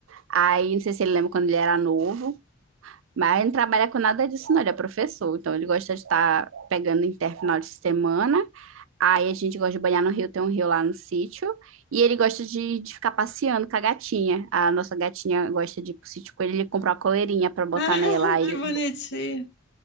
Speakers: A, on the right; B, on the left.
A: Aí, não sei se ele lembra quando ele era novo, mas ele não trabalha com nada disso, não. Ele é professor, então ele gosta de estar pegando inter final de semana Aí a gente gosta de banhar no rio, tem um rio lá no sítio. E ele gosta de, de ficar passeando com a gatinha. A nossa gatinha gosta de ir pro sítio com ele, ele comprou uma coleirinha pra botar
B: Ah,
A: nela. Aí
B: que
A: ele-
B: bonitinho.